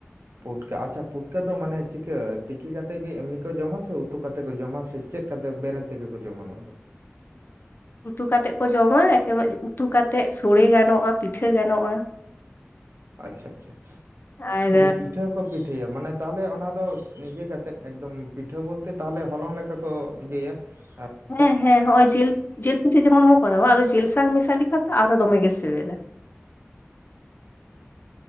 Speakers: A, on the right; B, on the left.
A: ᱯᱩᱴᱠᱟ ᱟᱪᱪᱷᱟ ᱯᱩᱴᱠᱟᱹ ᱫᱚ ᱢᱟᱱᱮ ᱪᱤᱠᱟᱹ ᱛᱤᱠᱤ ᱠᱟᱛᱮᱜ ᱜᱮ ᱮᱢᱱᱤ ᱠᱚ ᱡᱚᱢᱟ ᱥᱮ ᱩᱛᱩ ᱠᱟᱛᱮᱜ ᱠᱚ ᱡᱚᱢᱟ ᱥᱮ ᱪᱮᱫᱼᱼ ᱠᱟᱛᱮ ᱵᱮᱨᱮᱞ ᱛᱮᱜᱮ ᱠᱚ ᱡᱚᱢᱟ ᱱᱚᱶᱟ ᱫᱚ?
B: ᱩᱛᱩ ᱠᱟᱛᱮᱜ ᱠᱚ ᱡᱚᱢᱟ ᱮᱠᱮ ᱵᱟᱨ ᱩᱛᱩ ᱠᱟᱛᱮᱜ ᱥᱚᱲᱮ ᱜᱟᱱᱚᱜ-ᱟ ᱯᱤᱴᱷᱟᱹ ᱜᱟᱱᱚᱜ-ᱟ᱾
A: ᱟᱪᱪᱷᱟ ᱟᱪᱪᱷᱟ ᱟᱪᱷᱟ
B: ᱟᱨ
A: ᱚ ᱯᱤᱴᱷᱟᱹᱼᱼ ᱠᱚ ᱯᱤᱴᱷᱟᱹ ᱭᱟ ᱢᱟᱱᱮ ᱛᱟᱦᱟᱞᱮ ᱚᱱᱟ ᱫᱚ ᱤᱭᱟᱹ ᱠᱟᱛᱮᱜ ᱮᱠᱫᱚᱢ ᱯᱤᱴᱷᱟᱹ ᱵᱚᱞᱛᱮ ᱛᱟᱦᱟᱞᱮ ᱦᱚᱞᱚᱝ ᱞᱮᱠᱟ ᱠᱚ ᱤᱭᱟᱹ ᱭᱟ᱾ <unintelligible> ᱦᱟᱜᱼᱼ
B: ᱦᱮᱸ ᱦᱮᱸ ᱦᱚᱸᱜ-ᱚᱭ ᱡᱤᱞ ᱡᱤᱞ ᱯᱤᱴᱷᱟᱹ ᱡᱮᱢᱚᱱ ᱵᱚᱱ ᱠᱚᱨᱟᱣᱟ ᱟᱨᱚ ᱡᱤᱞ ᱥᱟᱝ ᱢᱮᱥᱟ ᱞᱮᱠᱷᱟᱱ ᱫᱚ ᱟᱨᱚ ᱫᱚᱢᱮ ᱜᱮ ᱥᱮᱵᱮᱞᱟ᱾